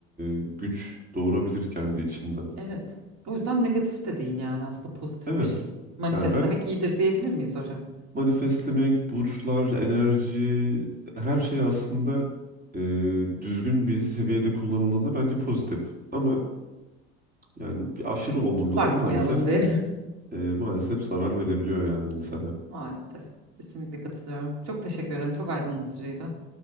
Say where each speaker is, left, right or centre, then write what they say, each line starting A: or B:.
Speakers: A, on the right; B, on the right.
A: e, güç doğurabilir kendi içinden.
B: Evet. O yüzden negatif de değil yani aslında pozitif
A: Evet
B: bir şey. Manifestlemek
A: yani ben
B: iyidir diyebilir miyiz hocam?
A: manifestlemek, burçlar, enerji her şey aslında e, düzgün bir seviyede kullanıldığında bence pozitif. Ama yani bir aşırı olduğunda
B: Abartmayalım
A: da maalesef
B: diye.
A: e, maalesef zarar verebiliyor yani insana.
B: <laughs> Maalesef. Kesinlikle katılıyorum. Çok teşekkür ederim. Çok aydınlatıcıydı.